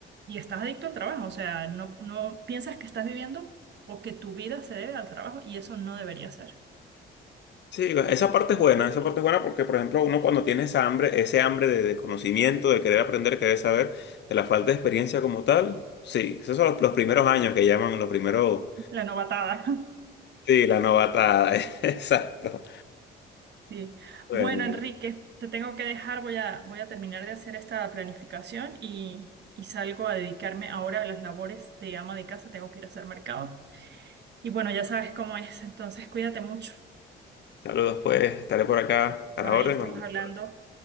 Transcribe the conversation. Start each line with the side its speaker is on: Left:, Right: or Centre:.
Right: y estás adicto al trabajo, o sea, no, no piensas que estás viviendo o que tu vida se debe al trabajo y eso no debería ser.
Left: Sí, esa parte es buena, esa parte es buena porque, por ejemplo, uno cuando tiene esa hambre, ese hambre de, de conocimiento, de querer aprender, querer saber, de la falta de experiencia como tal, sí, esos son los, los primeros años que llaman los primeros,
Right: La novatada.
Left: sí, la novatada, <laughs> exacto.
Right: Sí.
Left: Bueno,
Right: Bueno, Enrique,
Left: vale.
Right: te tengo que dejar, voy a, voy a terminar de hacer esta planificación y, y salgo a dedicarme ahora a las labores de ama de casa, tengo que ir a hacer mercado. Y bueno, ya sabes cómo es, entonces cuídate mucho.
Left: saludos pues, estaré por acá
Right: Bye,
Left: a la orden.
Right: estamos
Left: Cuando-
Right: hablando.